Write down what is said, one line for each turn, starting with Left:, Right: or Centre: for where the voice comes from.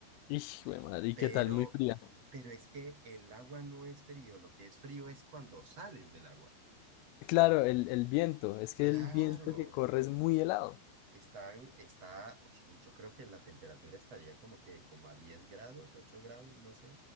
Left: Ix, güey, madre, ¿y
Right: pero,
Left: qué tal? Muy fría.
Right: pero es que el agua no es frío, lo que es frío es cuando sales del agua.
Left: Claro, el, el viento, es que
Right: Claro,
Left: el viento que corre es muy helado.
Right: están, está, oye, yo creo que la temperatura estaría como que como a 10 grados, 8 grados, no sé.